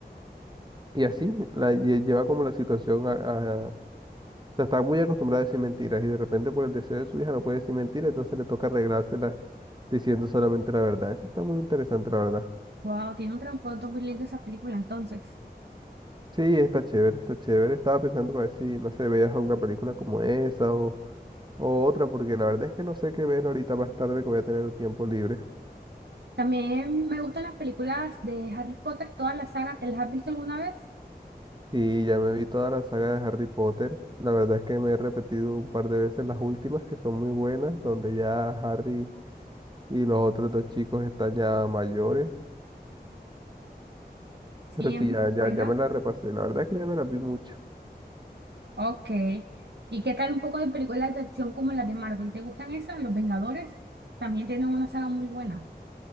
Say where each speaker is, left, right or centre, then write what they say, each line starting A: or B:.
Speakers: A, on the right (about 25°); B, on the right (about 85°).
A: y así la lle- lleva como la situación a, a- O sea, está muy acostumbrada a decir mentiras y de repente por el deseo de su hija no puede decir mentiras, entonces le toca arreglársela diciendo solamente la verdad. Eso está muy interesante, la verdad.
B: Wow, tiene un trasfondo muy lindo esa película entonces.
A: Sí, está chévere, está chévere. Estaba pensando para ver si, no sé, veías alguna película como esa o... O otra, porque la verdad es que no sé qué ver ahorita más tarde que voy a tener un tiempo libre.
B: También me gustan las películas de Harry Potter, toda la saga. ¿Te las has visto alguna vez?
A: Sí, ya me vi toda la saga de Harry Potter. La verdad es que me he repetido un par de veces las últimas, que son muy buenas, donde ya Harry y los otros dos chicos están ya mayores.
B: Sí,
A: Pero sí,
B: es muy
A: ya, ya,
B: buena.
A: ya me las repasé. La verdad es que ya me las vi mucho.
B: Ok. ¿Y qué tal un poco de películas de acción como las de Marvel? ¿Te gustan esas? Los Vengadores también tienen una saga muy buena.